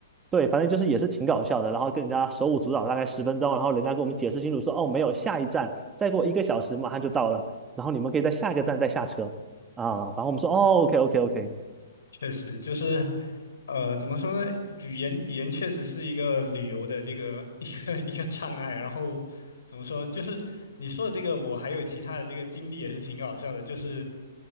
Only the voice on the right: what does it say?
对，反正就是也是挺搞笑的。然后跟人家手舞足蹈大概十分钟，然后人家跟我们解释清楚说：“哦，没有，下一站再过一个小时马上就到了，然后你们可以在下一个站再下车啊。”然后我们说：“哦，OK，OK，OK，